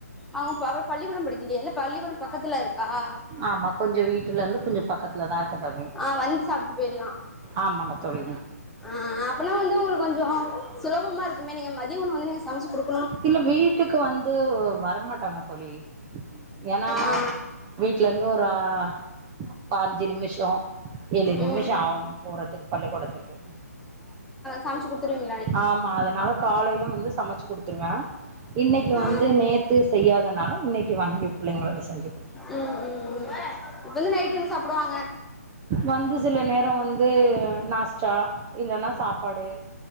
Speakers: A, in the centre; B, on the right.
A: அவுங்க ப அப்ப பள்ளிக்கூடம் படிக்கிலயா இல்ல பள்ளிக்கூடம் பக்கத்துல இருக் கா
B: ஆமா கொஞ்சோ வீட்டுல இருந்து கொஞ்சோ பக்கத்துல தான் இருக்கு தோழி
A: ஆ வந்து சாப்ட்டு போயில்லா
B: ஆமாங்க தோழி
A: ஆ அப்பனா வந்து உங்குளு கொஞ்சோ சுலபமா இருக்குமே நீங்க மதியோ உணவு வந்து நீங்க சமச்சி குடுப்
B: இல்ல வீட்டுக்கு வந்து வரமாட்டாங்க தோழி எனா
A: ஆ
B: வீட்ல இருந்து ஒரு ஒரு அஞ்சு நிமிஷோ ஏழு நிமிஷோ
A: ம்
B: ஆவு போறதுக்கு பள்ளிக்கூடத்துக்கு
A: சமச்சி குடுத்துருவீங்
B: ஆமா அதனால காலைல வந்து சமச்சு குடுத் துடுவே இன்னைக்கு
A: ஆ
B: வந்து நேத்து செய்யாதனால இன்னைக்கு வாங்கி புள்ளைங்களுக்கு செஞ்சு கொ
A: ம் ம் ம் இப்ப வந்து நைட் என்ன சாப்டுவாங்க
B: வந்து சில நேரோ வந்து நாஸ்டா இல்லன்னா சாப்பாடு